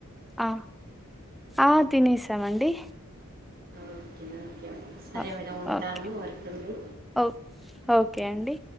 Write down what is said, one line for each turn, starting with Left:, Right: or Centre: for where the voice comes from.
Centre: ఆ ఆ తినేసామండి
Right: ఓకే ఓకే మేడం సరే
Centre: ఓ
Right: మేడం ఉంటాను
Centre: ఓకే
Right: వర్క్ ఉంది
Centre: ఓ ఓకే అండి